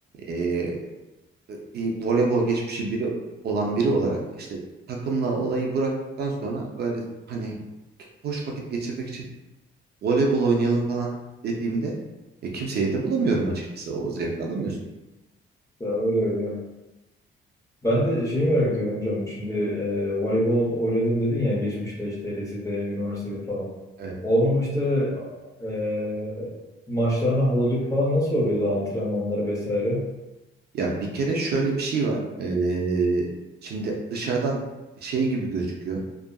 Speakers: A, on the right (about 50°); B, on the left (about 15°).
A: e, bir voleybol geçmişi biri olan biri olarak işte takımla olayı bıraktıktan sonra böyle hani hoş vakit geçirmek için voleybol oynayalım falan dediğimde e, kimseyi de bulamıyorum açıkçası. O zevki alamıyorsun. yani.
B: ya öyle öyle. Ben de şeyi merak ediyorum hocam. Şimdi e, voleybol oynadım dedin ya geçmişte işte lisede, üniversitede falan.
A: Evet.
B: Onun işte e, maçlarına hazırlık falan nasıl oluyordu antrenmanları vesaire?
A: Ya bir kere şöyle bir şey var. E, şimdi dışarıdan şey gibi gözüküyor.